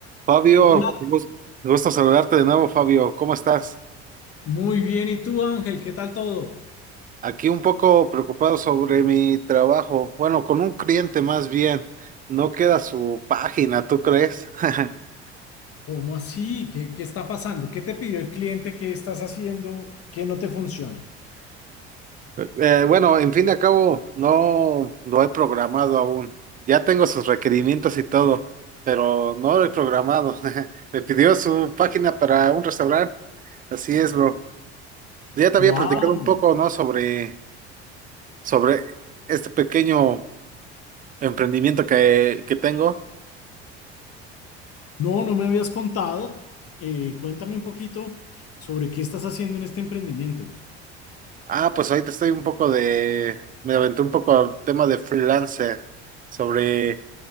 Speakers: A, on the right; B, on the left.
A: Fabio,
B: Hola,
A: un gus- gusto saludarte de nuevo, Fabio. ¿Cómo estás?
B: muy bien. ¿Y tú, Ángel? ¿Qué tal todo?
A: Aquí un poco preocupado sobre mi trabajo. Bueno, con un cliente más bien. No queda su página, ¿tú crees? <laughs>
B: ¿Cómo así? ¿Qué, qué está pasando? ¿Qué te pidió el cliente? ¿Qué estás haciendo? ¿Qué no te funciona?
A: Eh, bueno, en fin de cabo, no lo he programado aún. Ya tengo sus requerimientos y todo, pero no lo he programado. <laughs> Me pidió su página para un restaurante. Así es, bro. Ya te
B: Wow.
A: había platicado un poco, ¿no? Sobre, sobre este pequeño emprendimiento que, que tengo.
B: No, no me habías contado. Eh, cuéntame un poquito sobre qué estás haciendo en este emprendimiento.
A: Ah, pues ahorita estoy un poco de, me aventé un poco al tema de freelancer sobre